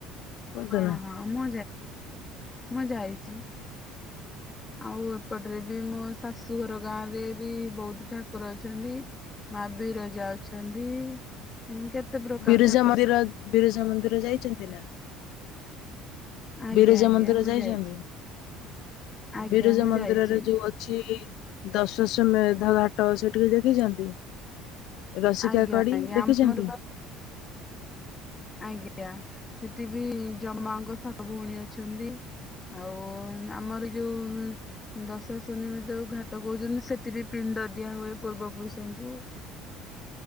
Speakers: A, on the left; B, on the left.
A: କୋଉଦିନ
B: ହଁ ହଁ ମୁଁ ଯାଇଛି। ଆଉ ଏପଟରେ ବି ମୋ ଶାଶୁଘର ଗାଁ ରେ ବି ବହୁତ ଠାକୁର ଅଛନ୍ତି। ମା ବିରଜା ଅଛନ୍ତି। କେତେ ପ୍ରକାର
A: ବିରଜା
B: ଠାକୁର
A: ମରିର ବିରଜା ମନ୍ଦିର ଯାଇଛନ୍ତି ନା
B: ଆଜ୍ଞା
A: ବିରଜା
B: ଆଜ୍ଞା
A: ମନ୍ଦିର
B: ମୁଁ
A: ଯାଇଛନ୍ତି
B: ଯାଇଛି ଆଜ୍ଞା
A: ବିରଜା
B: ମୁଁ
A: ମନ୍ଦିରରେ
B: ଯାଇଛି।
A: ଯୋଉ ଅଛି। ଦସ୍ୱାସମେଧ ଘାଟ ସେଠିକି ଦେଖିଛନ୍ତି। ରସିକାକଡ଼ି
B: ଆଜ୍ଞା ଆଜ୍ଞା
A: ଦେଖିଛନ୍ତି।
B: ଆମର ବା ଆଜ୍ଞା ସେଠିବିି ଜମାଙ୍କ ସାାତ ଭଉଣୀ ଅଛନ୍ତି। ଆଉ ଆମର ଯୋଉ ଦସ୍ୱାସନିମେଧ ଘାଟ କହୁଛନ୍ତି ସେଠି ବି ପିନ୍ ପିଣ୍ଡ ଦିଆ ହୁଏ ପୂର୍ବ ପୁରୁଷଙ୍କୁ।